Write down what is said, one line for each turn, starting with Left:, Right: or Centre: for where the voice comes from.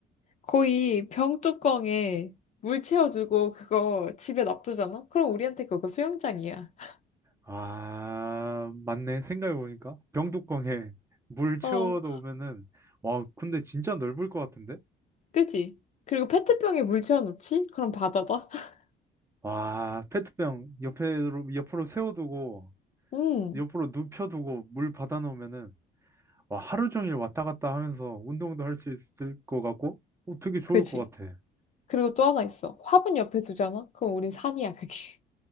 Left: 거의 병뚜껑에 물 채워주고 그거 집에 놔두잖아 그럼 우리한테 그거 수영장이야 <laughs>
Right: 아 맞네 생각해보니까 병뚜껑에 물 채워두면은
Left: 어
Right: 와 근데 진짜 넓을 것 같은데?
Left: 그지 그리고 페트병에 물 채워놓지 그럼 바다다 <laughs>
Right: 와 페트병 옆에로 옆으로 세워두고
Left: 응
Right: 옆으로 눕혀두고 물 받아놓으면은 와, 하루 종일 왔다 갔다 하면서 운동도 할 수 있을 것 같고 어, 되게 좋을
Left: 그지
Right: 것 같아.
Left: 그리고 또 하나 있어. 화분 옆에 두잖아? 그럼 우린 산이야, 그게.